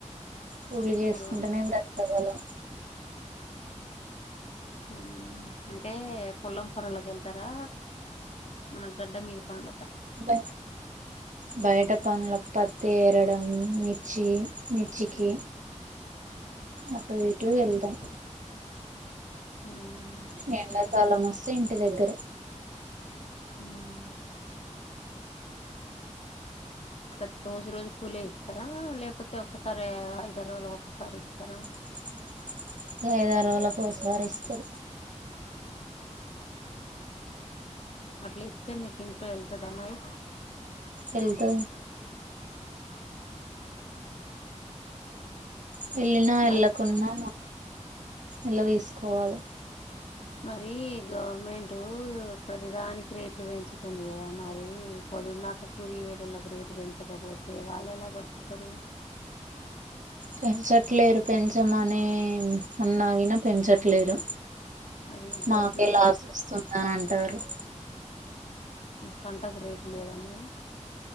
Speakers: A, on the right (about 85°); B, on the left (about 55°).
A: పూలు చేసుకుంటేనే
B: మూడు వందల
A: బ్రతకగాలం
B: మ్మ్ అంటే పొల్లం పన్లోకి వెళ్తారా మన గడ్డ మీది పనలేక
A: బయట బయట పనులకు పత్తి ఏరడం మిర్చి మిర్చికి అటు ఇటు వెళ్దాం
B: మ్మ్
A: నిండా తల మస్తు ఇంటి దగ్గర
B: హ్మ్ ప్రతి రోజు రోజు కూలే ఇస్తారా లేకపోతే ఒక్కసారి ఐద రోజుల ఒక్కసారి ఇస్తారా
A: అ ఐదు ఆరు రోజులకు ఒకసారి ఇస్తారు
B: అట్లా ఇస్తే మీకు ఇంట్లో వెళ్తుదమ్మాయి
A: వెళ్తూ వెళ్ళినా వెళ్ళకున్నా
B: మరి
A: ఎళ్ళ తీసుకోవాలి
B: మరి గవర్నమెంటట్ ప్రతిదానికి రేట్లు పెంచుతుంది కదా మరి పోదు నాక కులీ వేటళకి రేటు పెంచకపోతే వాళ్ళు ఎలా బతుకుతారు
A: పెంచట్లేరు పెంచమ అనే అన్నాగిన పెంచట్లేరు
B: మరి గవర్నమెంట్
A: మాకే లాస్
B: ఇన్-
A: వస్తుంది అంటారు
B: పంటకు రేట్లు లేదమ్ మరి